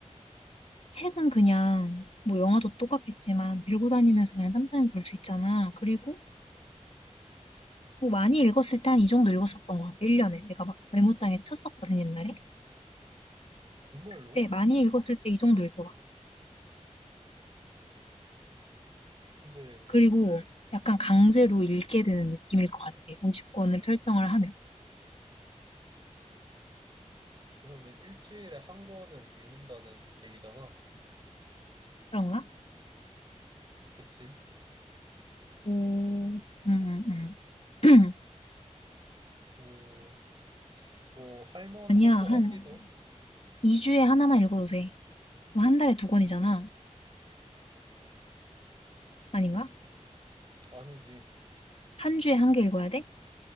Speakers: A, on the left; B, on the right.
A: 책은 그냥 뭐 영화도 똑같겠지만 들고 다니면서 그냥 짬짬이 볼 수 있잖아. 그리고 뭐 많이 읽었을 때 한 이 정도 읽었었던 것 같아. 1년에. 내가 막 메모장에 쳤었거든, 옛날에.
B: 정말로?
A: 그때 많이 읽었을 때 이 정도 읽더라.
B: 근데
A: 그리고 약간 강제로 읽게 되는 느낌일 것 같아. 50권을 설정을 하면.
B: 그러면 일주일에 한 권은 읽는다는 얘기잖아.
A: 그런가?
B: 그치?
A: 오, 응, 응, 응. <clears throat>
B: 오, 뭐, 할만한
A: 아니야,
B: 거
A: 한
B: 같기도.
A: 2주에 하나만 읽어도 돼. 뭐한 달에 두 권이잖아. 아닌가?
B: 아니지.
A: 한 주에 한 개 읽어야 돼?